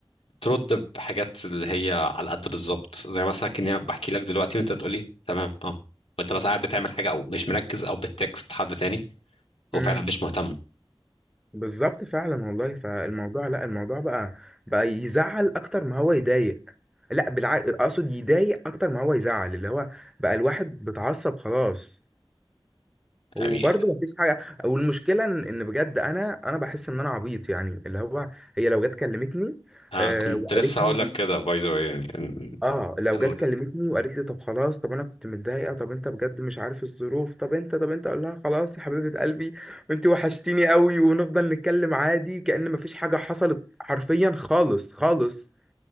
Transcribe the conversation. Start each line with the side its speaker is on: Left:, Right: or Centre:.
Left: ترد بحاجات اللي هي على قد بالظبط زي مثلا كأني بحكي لك دلوقتي وأنت بتقولي تمام أه وأنت مثلا قاعد بتعمل حاجة أو مش مركز أو بتكست حد تاني وفعلا
Centre: امم
Left: مش مهتم
Centre: بالظبط فعلا والله فالموضوع لا الموضوع بقى بقى يزعل اكتر ما هو يضايق لا بالعكس اقصد يضايق اكتر ما هو يزعل اللي هو بقى الواحد بتعصب خلاص وبرضه
Left: يعني
Centre: مفيش حاجه والمشكله ان إن بجد انا انا بحس ان انا عبيط يعني اللي هو هي لو جت كلمتني
Left: أنا
Centre: آه
Left: كنت
Centre: وقالت
Left: لسه
Centre: لي
Left: هقول لك كده باي ذا واي يعني إن-
Centre: اه لو
Left: ال-
Centre: جت كلمتني وقالت لي طب خلاص طب انا كنت متضايقه طب انت بجد مش عارف الظروف طب انت طب انت اقول لها خلاص يا حبيبه قلبي وانت وحشتيني قوي ونفضل نتكلم عادي كأن مفيش حاجه حصلت حرفيا خالص خالص